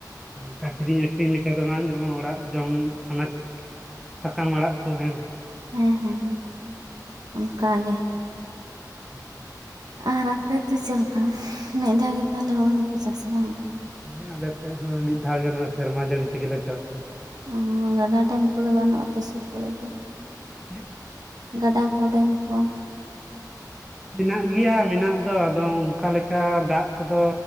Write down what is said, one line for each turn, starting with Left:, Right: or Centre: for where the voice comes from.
Centre: ᱚᱱᱠᱟ ᱟᱠᱷᱨᱤᱧ-ᱟᱠᱷᱨᱤᱧ ᱞᱮᱠᱟ ᱫᱚ ᱵᱟᱝ ᱡᱮᱢᱚᱱ ᱚᱹᱲᱟᱜ ᱡᱚᱢ ᱟᱱᱟᱡ ᱥᱟᱠᱟᱢ ᱟᱲᱟᱜ ᱠᱚ ᱦᱮᱸ
Right: ᱦᱮᱸ ᱦᱮᱸ ᱦᱮᱸ ᱚᱱᱠᱟᱜᱮ-
Centre: ᱢᱻ <inaudible>
Right: ᱟᱨ ᱟᱯᱮᱫᱚ ᱪᱮᱫ ᱞᱮᱠᱟ ᱢᱤᱫ ᱫᱷᱟᱣ ᱜᱮ, ᱛᱟᱦᱚᱞᱮ ᱦᱳᱲᱳ ᱫᱚᱯᱮ ᱪᱟᱥᱟ ᱵᱟᱝ?
Centre: ᱦᱮᱸ ᱟᱞᱮ ᱥᱮᱫ ᱦᱚᱸ ᱢᱤᱫ ᱫᱷᱟᱣ ᱜᱮ, ᱥᱮᱨᱢᱟ ᱡᱟᱹᱲᱤ ᱛᱮᱜᱮᱞᱮ ᱪᱟᱥᱟ᱾
Right: ᱚ ᱜᱟᱰᱟ ᱰᱮᱢ ᱠᱚᱫᱚ ᱵᱟᱹᱱᱩᱜ ᱟᱯᱮ ᱥᱩᱨ ᱠᱚᱨᱮ ᱫᱚ?
Centre: ᱪᱮᱫ?
Right: ᱜᱟᱸᱰᱟ ᱠᱚ ᱰᱮᱢ ᱠᱚ?
Centre: ᱢᱮᱱᱟᱜ ᱜᱮᱭᱟ ᱢᱮᱱᱟᱜ ᱫᱚ ᱟᱫᱚ ᱚᱱᱠᱟ ᱞᱮᱠᱟ ᱫᱟᱜ ᱠᱚᱫᱚ